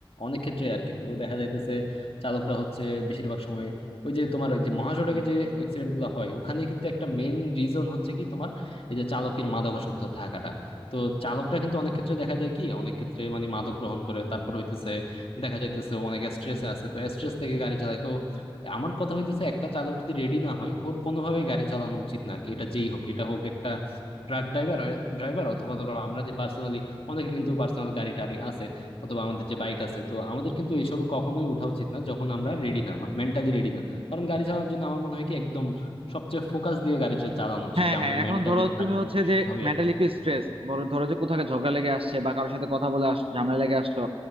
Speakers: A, on the left; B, on the right.
A: অনেক ক্ষেত্রে আর কি তো দেখা যাইতেছে চালকরা হচ্ছে বেশিরভাগ সময় ওই যে তোমার ওই যে মহাসড়কে যে অ্যাক্সিডেন্ট গুলো হয় ওখানে কিন্তু একটা মেইন রিজন হচ্ছে কি তোমার এই যে চালকের মাদকাসক্ত থাকাটা তো চালকরা কিন্তু অনেক ক্ষেত্রে দেখা যায় কি অনেক ক্ষেত্রে মানে মাদক গ্রহণ করে তারপর হইতেছে দেখা যাইতেছে অনেক স্ট্রেসে আছে তো স্ট্রেস থেকে গাড়ি চালায় তো আমার কথা হইতেছে একটা চালক যদি রেডি না হয় ওর কোনোভাবেই গাড়ি চালানো উচিত না আর কি এটা যেই হোক এটা হোক একটা ট্রাক ড্রাইভার ড্রাইভার অথবা ধরো আমরা যে পার্সোনালি অনেকের কিন্তু পার্সোনাল গাড়ি টাড়ি আছে অথবা আমাদের যে বাইক আছে তো আমাদের কিন্তু এইসব কখনোই উঠা উচিত না যখন আমরা রেডি না মেন্টালি রেডি না কারণ গাড়ি চালানোর জন্য আমার মনে হয় কি একদম সবচেয়ে ফোকাস দিয়ে গাড়িটা চালানো উচিত
B: হ্যাঁ
A: যে আমাদের
B: হ্যাঁ এখন
A: মেন্টালি
B: ধরো
A: শারীরিক
B: তুমি হচ্ছে যে
A: সবভাবে
B: মেন্টালি
A: আর
B: একটু স্ট্রেস বড় ধরো যে কোথাও একটা ঝগড়া লেগে আসছে বা কারোর সাথে কথা বলে আস ঝামেলা লেগে আসছো